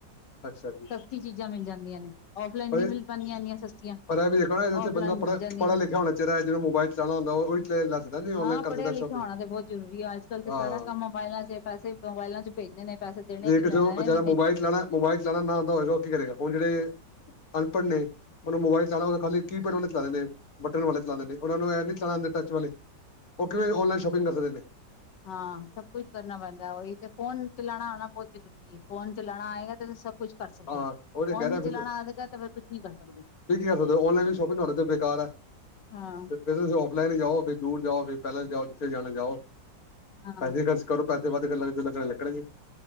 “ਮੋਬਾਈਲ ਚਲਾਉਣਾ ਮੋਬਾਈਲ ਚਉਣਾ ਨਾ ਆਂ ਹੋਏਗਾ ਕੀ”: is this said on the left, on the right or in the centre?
Left